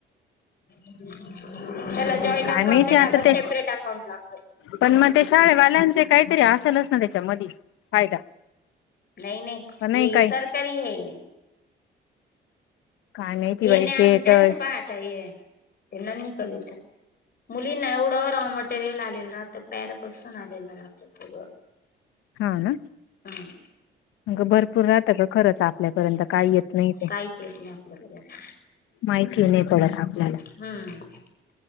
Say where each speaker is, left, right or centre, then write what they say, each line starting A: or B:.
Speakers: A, on the left; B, on the left.
A: त्याला जॉईंट
B: काय
A: अकाउंट
B: माहिती
A: नाही लागत,
B: आता ते
A: सेपरेट अकाउंट लागत मुलांच.
B: पण मग ते शाळेवाल्यांचे काहीतरी असलच ना, त्याच्या मधी फायदा.
A: नाही नाही,
B: का
A: ही
B: काही
A: सरकारी आहे.
B: काय माहिती
A: ये
B: बाई
A: नाही आणून
B: ते
A: त्यांचं
B: तर
A: पाहता ये, त्यांना नाई कलच. मुलीना एवढं रॉ मटेरियल आलेलं राहत. पॅड बसून आलेलं राहतं सगळं.
B: हाव ना?
A: हम्म
B: अग भरपूर राहतं का खरंच, आपल्यापर्यंत काही येत नाही ते.
A: काईच येत नाही आपल्यापर्यंत.
B: माहिती नाही पडत आपल्याला.
A: हूम्म.